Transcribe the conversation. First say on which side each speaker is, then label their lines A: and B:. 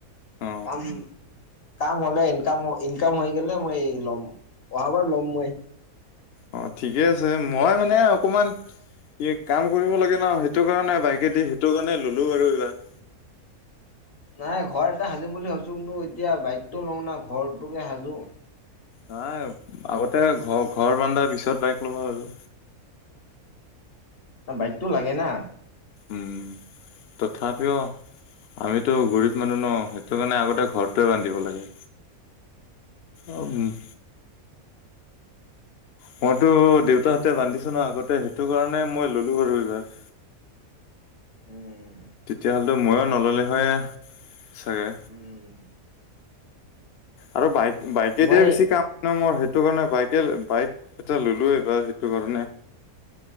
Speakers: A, on the left; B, on the left.
A: অ
B: কাম কাম হলে ইনকাম ইনকাম হৈ গলে মই ল'ম অহাবাৰ ল'ম মই
A: অ', ঠিকে আছে মই মানে অকণমান ই কাম কৰিব লাগে ন সেইটো কাৰণে বাইকেদি সেইটো কাৰণে ল'লো আৰু এইবাৰ
B: নাই ঘৰ এটা সাজিম বুলি ভাবছোঁ কিন্তু এতিয়া বাইকটো লওঁ না ঘৰটোকে সাজোঁ
A: নাই আগতে ঘৰ ঘৰ বানধা পিছত বাইক ল'ব আৰু
B: বাইকটো লাগে না
A: উম তথাপিও আমিতো গৰীব মানুহ ন সেইটো কাৰণে আগতে ঘৰটোৱে বান্ধিব লাগে অ', মইতো দেউতাহঁতে বান্ধিছো নহ আগতে সেইটো কাৰণে মই ললো বাৰু এইবাৰ
B: <inaudible> উম
A: তেতিয়া হ'লেতো মই নললে হয় চাগে।
B: <inaudible>
A: আৰু বাইক বাইকে
B: মই
A: দিয়ে বেছি কাম মই সেইটো কাৰণে বাইকে বাইক এটা ললো এইবাৰ সেইটো কাৰণে